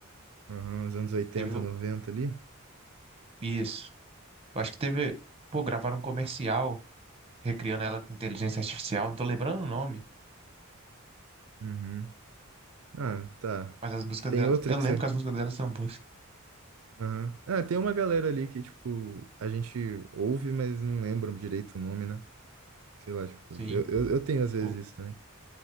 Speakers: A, on the right (about 80°); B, on the right (about 30°).
A: aham, os anos 80,
B: Teve o-
A: 90 ali?
B: isso. Eu acho que teve. Pô, gravaram um comercial recriando ela com inteligência artificial. Não tô lembrando o nome.
A: Uhum. Ah,
B: Pô,
A: tá.
B: mas as músicas
A: Tem
B: dela.
A: outra
B: Eu
A: que
B: lembro
A: você.
B: que as músicas dela são boas.
A: Aham. Ah, tem uma galera ali que, tipo, a gente ouve, mas não lembra direito o nome, né? Sei lá, tipo,
B: Sim.
A: eu, eu, eu tenho às vezes
B: Pô,
A: isso também.